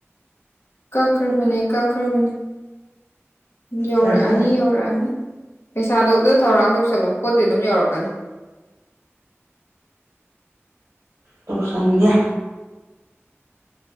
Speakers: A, on the left; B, on the right.
A: ꯀꯛꯈ꯭ꯔꯕꯅꯦ ꯀꯛꯈ꯭ꯔꯕꯅꯦ ꯌꯧꯔꯛꯑꯅꯤ
B: ꯐꯔꯦ ꯐꯔꯦ
A: ꯌꯧꯔꯛꯑꯅꯤ ꯄꯩꯁꯥꯗꯣ ꯑꯗꯨ ꯊꯧꯔꯥꯡ ꯇꯧꯁꯜꯂꯨ ꯄꯣꯠꯇꯤ ꯑꯗꯨꯝ ꯌꯧꯔꯛꯀꯅꯤ
B: ꯇꯧꯁꯤꯟꯒꯦ